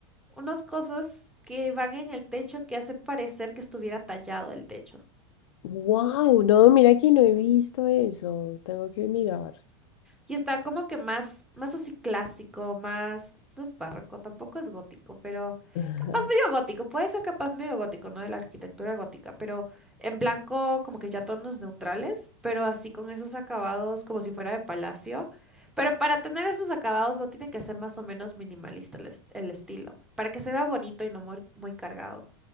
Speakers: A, in the centre; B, on the left (about 80°).
A: unos cosos que van en el techo que hace parecer que estuviera tallado el techo.
B: Wow, no, mira que no he visto eso. Tengo que mirar.
A: Y está como que más, más así clásico, más, no es barroco, tampoco es gótico, pero
B: <laughs>
A: capaz medio gótico, puede ser capaz medio gótico, ¿no? De la arquitectura gótica, pero en blanco como que ya tonos neutrales, pero así con esos acabados como si fuera de palacio. Pero para tener esos acabados no tiene que ser más o menos minimalista el, es- el estilo, para que se vea bonito y no muy, muy cargado.